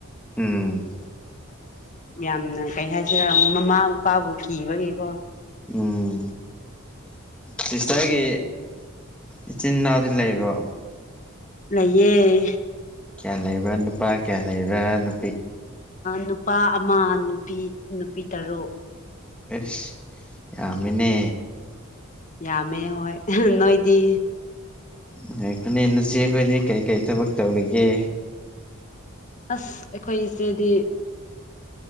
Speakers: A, in the centre; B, on the left (about 35°).
A: ꯎꯝ
B: ꯌꯥꯝꯅ ꯀꯩ ꯍꯥꯏꯁꯤꯔꯥ ꯃꯃꯥ ꯃꯄꯥꯕꯨ ꯀꯤꯕꯒꯤꯀꯣ
A: ꯎꯝ ꯁꯤꯁꯇꯔꯒꯤ ꯏꯆꯤꯟ ꯏꯅꯥꯎꯗꯤ ꯂꯩꯕꯔꯣ
B: ꯂꯩꯌꯦ
A: ꯀꯌꯥ ꯂꯩꯕꯔꯥ ꯅꯨꯄꯥ ꯀꯌꯥ ꯂꯩꯕꯔꯥ
B: ꯅꯨꯄꯥ ꯑꯃ ꯅꯨꯄꯤ ꯅꯨꯄꯤ ꯇꯔꯨꯛ
A: ꯑꯁ ꯌꯥꯝꯃꯤꯅꯦ
B: ꯌꯥꯃꯦ ꯍꯣꯏ ꯅꯣꯏꯗꯤ
A: ꯉꯥꯏꯈꯣꯅꯦ ꯅꯆꯦ ꯈꯣꯏꯗꯤ ꯀꯔꯤꯀꯔꯤ ꯊꯕꯛ ꯇꯧꯔꯤꯒꯦ
B: ꯑꯩꯈꯣꯏ ꯏꯆꯦꯗꯤ